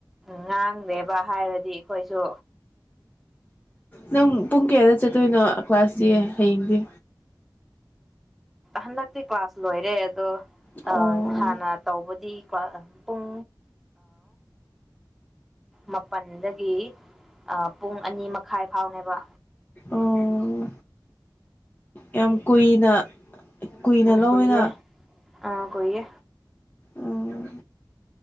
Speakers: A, in the centre; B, on the left (about 20°).
A: ꯉꯥꯡꯗꯦꯕ ꯍꯥꯏꯔꯗꯤ ꯑꯩꯈꯣꯏꯁꯨ
B: ꯅꯪ ꯄꯨꯡ ꯀꯌꯥꯗ ꯆꯠꯇꯣꯏꯅꯣ ꯀ꯭ꯂꯥꯁꯗꯤ ꯍꯌꯦꯡꯗꯤ
A: ꯍꯟꯗꯛꯇꯤ ꯀ꯭ꯂꯥꯁ ꯂꯣꯏꯔꯦ ꯑꯗꯣ
B: ꯑꯣ
A: ꯑ ꯍꯥꯟꯅ ꯇꯧꯕꯗꯤ ꯄꯨꯡ ꯃꯥꯄꯜꯗꯒꯤ ꯄꯨꯡ ꯑꯅꯤ ꯃꯈꯥꯏ ꯐꯥꯎꯅꯦꯕ
B: ꯑꯣ ꯌꯥꯝ ꯀꯨꯏꯅ ꯀꯨꯏꯅ ꯂꯧꯅ
A: ꯀꯨꯏꯌꯦ ꯑꯥ ꯀꯣꯏꯌꯦ
B: ꯑꯣ